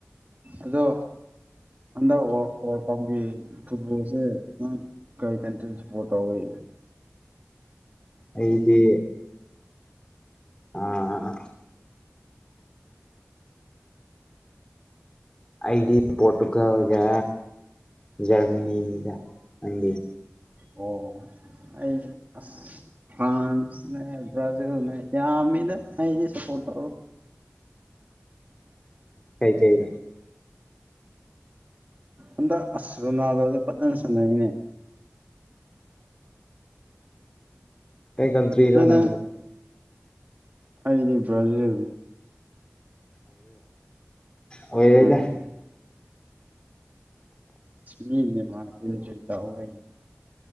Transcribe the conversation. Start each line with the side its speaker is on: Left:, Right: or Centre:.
Right: ꯑꯗꯣ ꯑꯗ ꯇꯕꯤ ꯐꯨꯠꯣꯜꯁꯦ ꯀꯔꯤ ꯀꯟꯇꯔꯤ ꯁꯄꯣꯔꯠꯧꯋꯦ
Left: ꯑꯩꯗꯤ ꯑꯥ ꯑꯗꯤ ꯄꯇꯀꯑꯒ ꯖꯔꯃꯅꯤꯗ ꯑꯪꯗꯤ
Right: ꯑꯣ ꯑꯩ ꯑ ꯐ꯭ꯔꯥꯟꯁꯅꯦ ꯭ꯔꯥꯖꯤꯜꯅꯦ ꯌꯥꯃꯤ ꯅ ꯅ ꯁꯄꯣꯠꯇꯣ
Left: ꯀꯥꯏ ꯀꯪꯒ
Right: ꯑꯟꯗ ꯑꯁꯔꯨꯅꯥꯗꯗ ꯄꯠꯅ ꯁꯥꯟꯅꯩꯅꯦ
Left: ꯑꯩ ꯀꯟꯇ꯭ꯔꯤꯔꯣꯅ
Right: ꯑꯗꯣ ꯅꯪ ꯑꯩꯗꯤ ꯕ꯭ꯔꯖꯤ
Left: ꯑꯣꯏꯔꯦꯗ
Right: ꯎꯝ ꯃꯤꯅꯦ ꯃꯥ ꯆꯣꯏ ꯇ ꯍ